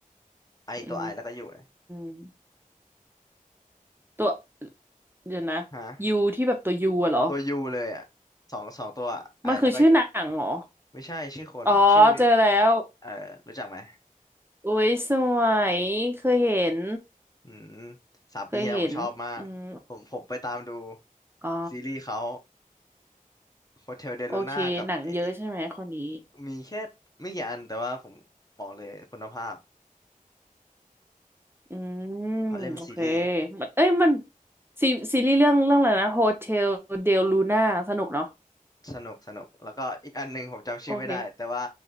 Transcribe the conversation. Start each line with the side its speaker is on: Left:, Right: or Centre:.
Left: ไอตัวไอแล้วก็อยู่เลย
Right: อืมตัวเดี๋ยวนะ
Left: ฮะ
Right: U ที่แบบตัว U อะเหรอ
Left: ตัวยูเลยอ่ะสองสองตัวไอแล้วก็อยู่
Right: มันคือชื่อหนังเหรอ
Left: ไม่ใช่ชื่อคนชื่อ
Right: อ๋อเจอแล้ว
Left: เอ่อรู้จักไหม
Right: อุ้ยสวยเคยเห็น
Left: อืมสามปีที่แล้วผมชอบมากผมผมไปตามดู
Right: เคยเห็นอืมอ๋อ
Left: ซีรีส์เขาโฮเทลเดลูน่ากับเออ
Right: โอเคหนังเยอะใช่ไหมคนนี้
Left: มีแค่ไม่กี่อันแต่ว่าผมบอกเลยคุณภาพ
Right: อืมโอเค
Left: เขาเล่นเป็นซีรีส์
Right: มันเอ้ยมันซีซีรีส์เรื่องเรื่องอะไรนะโฮเทลเดลลูน่าสนุกเนาะ
Left: สนุกสนุกแล้วก็อีกอันหนึ่งผมจำชื่อไม่ได้แต่ว่า
Right: โอเค